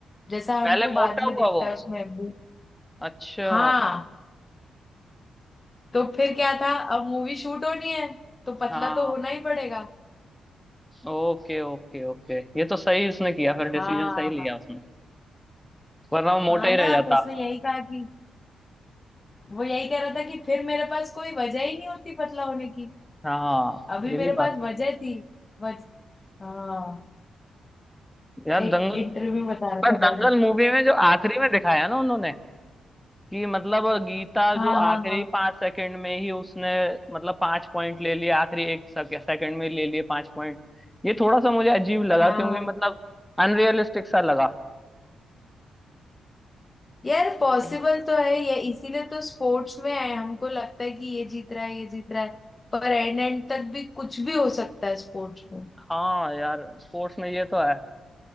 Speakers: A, on the left; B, in the centre.
A: जैसा
B: पहले
A: हमको बाद
B: मोटा
A: में
B: हुआ
A: दिखता
B: वो
A: है उसमें वो-
B: अच्छा
A: हाँ तो फिर क्या था अब मूवी शूट होनी है तो पतला
B: हाँ
A: तो होना ही पड़ेगा
B: ओके ओके ओके ये तो सही उसने किया फिर
A: हाँ
B: डिसीजन सही लिया उसने वरना वो
A: हाँ
B: मोटा ही रह
A: ना
B: जाता
A: तो उसने यही कहा कि वो यही कह रहा था कि फिर मेरे पास कोई वजह ही नहीं होती पतला होने की
B: हाँ
A: अभी
B: ये
A: मेरे
B: भी बात
A: पास वजह थी वज हाँ
B: यार
A: एक
B: दंगल
A: इंटरव्यू बता रहा
B: पर
A: था
B: दंगल
A: दर्द
B: मूवी में जो आखिरी में दिखाया ना उन्होंने कि मतलब गीता
A: हाँ
B: जो आखिरी
A: हाँ हाँ
B: पांच सेकंड में ही उसने मतलब पांच पॉइंट ले लिए आखिरी एक सेकंड में ले लिए पांच पॉइंट ये थोड़ा सा मुझे अजीब लगा
A: हाँ
B: क्योंकि मतलब अनरियलिस्टिक सा लगा
A: यार पॉसिबल
B: हम्म।
A: तो है ये इसीलिए तो स्पोर्ट्स में है हमको लगता है कि ये जीत रहा है ये जीत रहा है पर एंड एंड तक भी कुछ भी हो सकता है स्पोर्ट्स में
B: हाँ यार स्पोर्ट्स में ये तो है